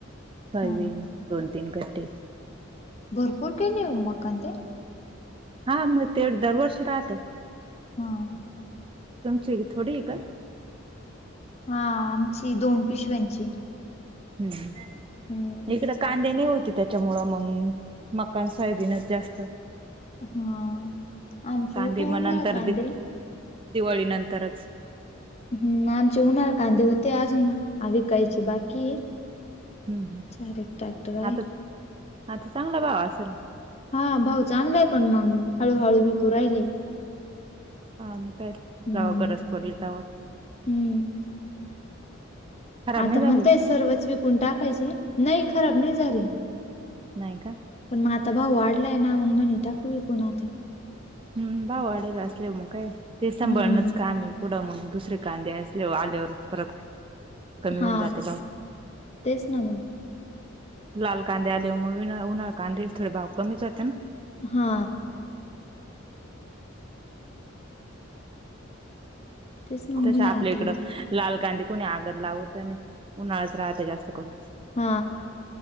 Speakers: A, on the right; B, on the left.
A: सोयबीन
B: हा
A: दोन तीन गड्डे.
B: भरपूर केलीय ओ मकान ते.
A: हा म ते दर वर्षी राहत.
B: ह.
A: तुमची थोडी का?
B: हा आमची दोन पिशव्यांची
A: हम्म
B: हम्म
A: इकड कांदे नाही होती त्याच्यामुळं मग मकान सोयाबीनच जास्त
B: हा. आमचे
A: कांदे
B: होते
A: म
B: उन्हाळ
A: नंतर
B: कांदे.
A: दि दिवाळी नंतरच
B: हम् आमचे उन्हाळ कांदे होते अजून आ विकायचे बाकी
A: हम् ह्
B: चार एक ट्रॅक्टर आहे.
A: आता आता चांगला भाव असेल
B: हा भाव चांगलेय पण मग हळूहळू विकू राहिले
A: हा म काय जवा
B: हम्म
A: गरज पडली तेव्हा
B: हम्म
A: खराब
B: आता
A: नाही झाली
B: म्हणताय सर्वच विकून टाकायचे नाही खराब नाही झाले
A: नाही का
B: पण मग आता भाव वाढलाय मग म्हणी टाकू विकून आता
A: हम् भाव वाढला असले मग काय ते
B: हम्म
A: सांभाळणच कामही पुढं मग दुसरे कांद्यास आल्यावर परत कमी
B: हा
A: होऊन जाते भाव
B: तेच ना मग
A: लाल कांदे आलेव मग उन्हाळ कांदे थोडे भाव कमीच होते ना
B: हा तेच मग
A: तसे
B: म्हणे
A: आपल्या
B: आता
A: इकडं
B: विक
A: लाल कांदे कोणी आगत लावत नाही उन्हाळाच राहते जास्त करून
B: हा